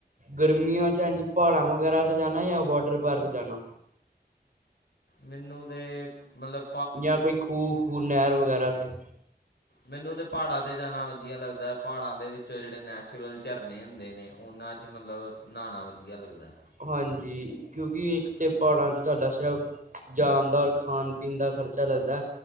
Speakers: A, on the right; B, on the left.
A: ਗਰਮੀਆਂ ਚ ਇਝ ਪਹਾੜਾਂ ਵਗੈਰਾਤੇ ਜਾਣਾ ਜਾਂ ਵਾਟਰ ਪਾਰਕ ਜਾਣਾ,
B: ਮੈਨੂੰ ਤੇ ਮਤਲੱਬ
A: ਜਾਂ ਕੋਈ ਖੂਹ ਖੂਹ ਨਹਿਰ ਵਗੈਰਾ ਤੇੇ,
B: ਮੈਨੂੰ ਤਾਂ ਪਹਾੜਾਂ ਤੇ ਜਾਣਾ ਵਧੀਆ ਲੱਗਦਾ ਹੈ ਪਹਾੜਾਂ ਦੇ ਵਿੱਚੋ ਜਿਹੜੇ ਨੈਚੁਰਲ ਝਰਨੇ ਹੁੰਦੇ ਨੇ। ਉਹਨਾਂ ਚ ਮਤਲੱਬ ਨਹਾਉਣਾ ਵਧੀਆ ਲੱਗਦਾ।
A: ਹਾਂਜੀ, ਕਿਉਂਕਿ ਇੱਕ ਤੇ ਪਹਾੜਾਂ ਚ ਤੁਹਾਡਾ ਸਿਰਫ਼ ਜਾਣ ਦਾ ਔਰ ਖਾਣ ਪੀਣ ਦਾ ਖ਼ਰਚਾ ਲੱਗਦਾ।